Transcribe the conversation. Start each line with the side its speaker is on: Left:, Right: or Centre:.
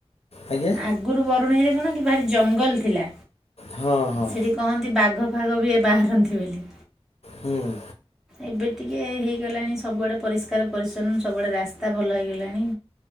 Left: ଆଜ୍ଞା
Centre: ଅଗ୍ ଗୁରୁ ବରୁଣେଇରେ କଣ କି ଭାରି ଜଙ୍ଗଲ ଥିଲା
Left: ହଁ ହଁ
Centre: ସେଠି କହନ୍ତି ବାଘ ଫାଗ ବି ଏ ବାହାରନ୍ତି ବୋଲି।
Left: ହୁଁ।
Centre: ଏବେ ଟିକେ ହେଇଗଲାଣି ସବୁଆଡ଼େ ପରିଷ୍କାର ପରିଚ୍ଛନ୍ନ ସ ବୁଆଡ଼େ ରାସ୍ତା ଭଲ ହେଇଗଲାଣି।